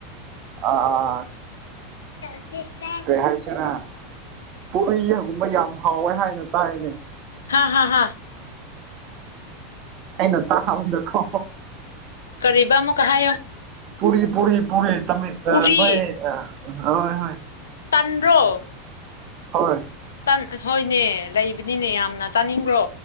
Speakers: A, on the right (about 45°); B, on the left (about 75°).
A: ꯑꯥ
B: <unintelligible>
A: ꯀꯩ ꯍꯥꯏꯁꯤꯔꯥ ꯄꯨꯔꯤ ꯒꯨꯝꯕ ꯌꯥꯝ ꯍꯥꯎꯋꯦ ꯍꯥꯏꯅ ꯇꯥꯏꯅꯦ
B: ꯍꯥꯍꯥꯍꯥ
A: ꯑꯩꯅ ꯇꯥꯕꯗꯀꯣ
B: ꯀꯔꯤꯕ ꯑꯃꯨꯛꯀ ꯍꯥꯏꯌꯣ
A: ꯄꯨꯔꯤ ꯄꯨꯔꯤ ꯄꯨꯔꯤ ꯇꯝꯃꯤ
B: ꯄꯨꯔꯤ
A: ꯑ ꯅꯣꯏ ꯑ ꯍꯣꯏ ꯍꯣꯏ
B: ꯇꯟꯔꯣ
A: ꯍꯣꯏ
B: ꯇꯟ ꯑꯍꯣꯏꯅꯦ ꯂꯩꯕꯅꯤꯅꯦ ꯌꯥꯝꯅ ꯆꯥꯅꯤꯡꯕ꯭ꯔꯣ